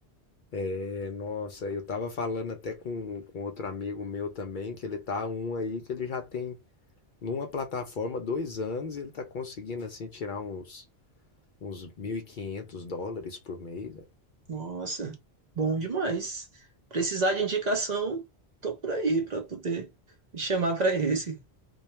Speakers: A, on the left; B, on the right.
A: É, nossa, eu tava falando até com, com outro amigo meu também, que ele tá um aí que ele já tem numa plataforma dois anos e ele tá conseguindo assim tirar uns, uns 1.500 dólares por mês.
B: Nossa, bom demais. Precisar de indicação, tô por aí para tu ter me chamar para esse.